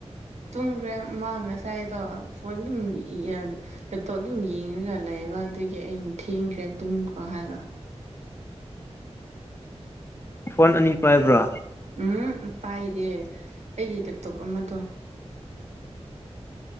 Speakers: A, on the right (about 80°); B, on the left (about 20°).
A: ꯇꯨꯝꯈ꯭ꯔꯦ ꯃꯥ ꯉꯁꯥꯏꯗꯣ ꯐꯣꯟ ꯑꯗꯨꯝ ꯌꯦꯑꯥ ꯂꯦꯞꯇꯣꯞ ꯑꯗꯨꯝ ꯌꯦꯡꯉꯒ ꯂꯩꯌꯦꯕ ꯑꯗꯨꯒꯤ ꯑꯩꯅ ꯊꯦꯡꯈ꯭ꯔꯦ ꯇꯨꯝꯈ꯭ꯔꯣ ꯍꯥꯏꯕ
B: ꯐꯣꯟ ꯑꯅꯤ ꯄꯥꯏꯕ꯭ꯔꯥ
A: ꯎꯝꯎ ꯄꯥꯏꯗꯦ ꯑꯩꯒꯤ ꯂꯦꯞꯇꯣꯞ ꯑꯃꯗꯣ